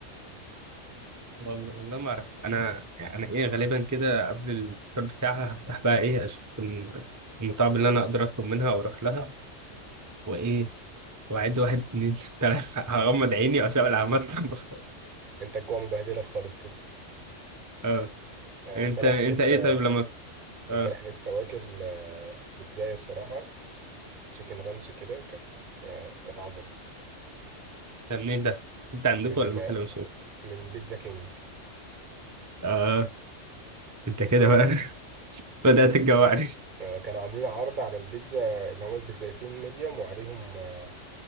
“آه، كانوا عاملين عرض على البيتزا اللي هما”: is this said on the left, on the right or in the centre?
Right